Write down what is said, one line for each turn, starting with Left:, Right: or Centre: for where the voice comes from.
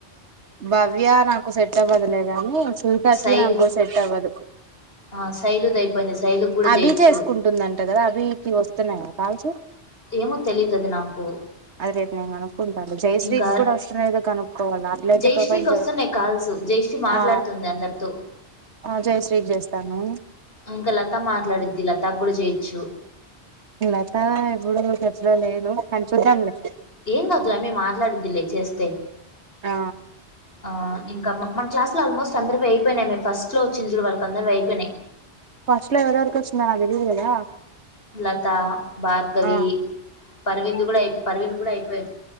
Right: భవ్య నాకు సెట్ అవ్వదులే గాని సునీతకి
Left: శైలు
Right: నాకు సెట్ అవ్వదు
Left: ఆ శైలుది అయిపోయింది శైలుకి కూడా
Right: అబి
Left: చేయొచ్చు
Right: చేసుకుంటుందంట కదా అభికి వస్తున్నాయి కదా కావచు
Left: ఏమో తెలీదు అది నాకు
Right: అది రేపు నేను కనుక్కుంటా జయశ్రీత్
Left: ఇంకా
Right: కూడా వస్తున్నాయో లేదో కనుక్కోవాలి అట్లయితే
Left: జయశ్రీకి
Right: ప్రొఫైల్
Left: వస్తున్నాయ్ కాల్స్ జయశ్రీ మాట్లాడుతుంది
Right: ఆ
Left: అందరితో
Right: ఆ జయశ్రీకి చేస్తాను
Left: ఇంకా లతా మాట్లాడిద్ది లతా ప్పుడు చేయిచ్చు
Right: లత ఇప్పుడు టచ్ లో లేదు కానీ చూద్దాంలే
Left: ఏం గాదు ఆయమ్మి మాట్లాడిద్దిలే చేస్తే
Right: ఆ
Left: ఆ ఇంకా మన క్లాస్ లో ఆల్మోస్ట్ అందరివి అయిపోయినాయి మే ఫస్ట్ లో వచ్చిన చుడు వాళ్ళ అందరి అయిపోయినాయి
Right: ఫస్ట్ లో ఎవరెవరికొచ్చిందో నా తెలీదు కదా
Left: లతా భార్గవీ
Right: ఆ
Left: పర్వింద్ గూడ పర్వింద్ ప్పుడు అయిపోయి